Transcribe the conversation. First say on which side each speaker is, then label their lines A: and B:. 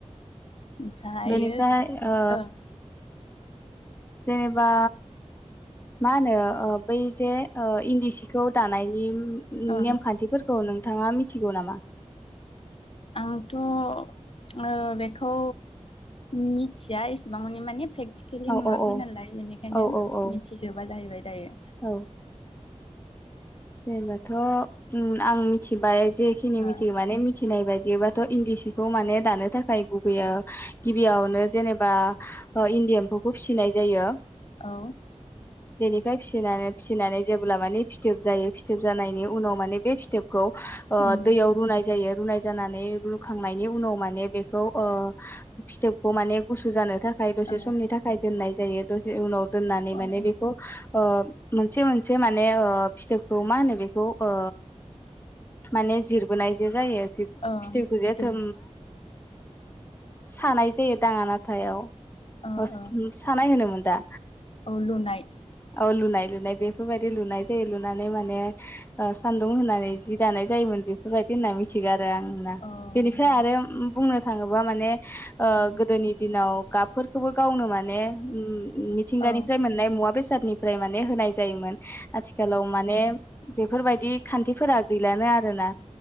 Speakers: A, on the left (about 50°); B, on the left (about 20°).
A: ओमफ्रायो
B: बेनिफ्राय ओ
A: ओं
B: जेनेबा मा होनो ओ बै जे ओ इन्दि सिखौ दानायनि नेमखान्थिफोरखौ
A: ओं
B: नों थाङा मिथिगौ नामा?
A: आंथ' ओ बेखौ मिथिया एसेबां माने मानेे फेक थिकेलि
B: औ
A: नुवाखै
B: औ औ
A: नालाय बेनिखायनो
B: औ औ औ
A: मिथिजोबा जाहैबाय। दायो
B: औ जेनेबाथ' उम आं मिथिबाय जेखिनि मिथियो
A: ओ
B: माने मिथिनाय बाय बेबाथ' इन्दि सिखौ माने दानो थाखाय गुबैयाव गिबियावनो जेनेबा ओ इन्दि एम्फौखौ फिसिनाय जायो।
A: औ
B: बेनिफ्राय फिसिनानै फिसिनानै जेब्ला माने फिथोब जायो फिथोब जानायनि उनाव माने बे फिथोब खौ ओ
A: उम
B: दैयाव रुनाय जायो रुनाय जानानै रुखांनायनि उनाव माने बेखौ ओ फिथोबखौ माने गुसु जानो थाख खाय दसे
A: ओ
B: समनि थाखाय दोननाय जायो दसे उनाव दोननानैे
A: अ
B: माने बेखौ ओ मोनसे मोनसे माने ओ फिथोबखौ मा होनो बेखौ ओ माने जिरबोनायजे जायो फिथोखौजे
A: अ
B: अ
A: जेरै
B: सानाय जायो दाङा नाथायाव
A: अ
B: अस
A: अ
B: ओम सानाय होनोमोन दा
A: औ लुनाय
B: औ लुनाय लुनाय बेफोरबायदि लुनाय जायो लुनानै माने ओ सान्दुं होननानै जि दानाय जायोमोन बेफोरबायदि होनना मिथिगो आरो आं ना
A: औ
B: बेनिफ्राय
A: औ
B: आरो बुंनो थाङोबा माने ओ
A: ओं
B: गोदोनि दिनाव गाबफोरखौबो गावनो माने उम मिथिंगानिफ्राय
A: औ ओ
B: मोननाय मुवा बे सादनिफ्राय माने होनाय जायोमोन आथिखालाव माने बेफोरबायदि खान्थिफोरा गैलानो आरोना